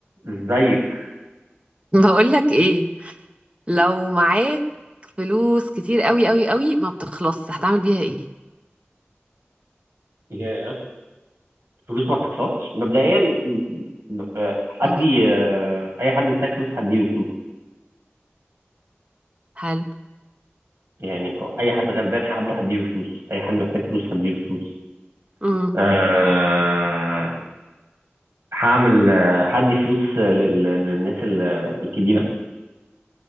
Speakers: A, on the right; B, on the right.
A: ازيك
B: بقولك ايه لو معاك فلوس كتير قوي قوي قوي ما بتخلصش هتعمل بيها ايه
A: ياه فلوس ما بتخسرش مبدئيا م- آه، حد
B: امم
A: ي- آه، اي حد محتاج فلوس هديله فلوس
B: حلو
A: يعني اي حد غلبان هقابله هديله فلوس اي حد محتاج فلوس هديله فلوس
B: امم
A: أه هعمل آه، هدي فلوس لل- للناس ال- الكبيره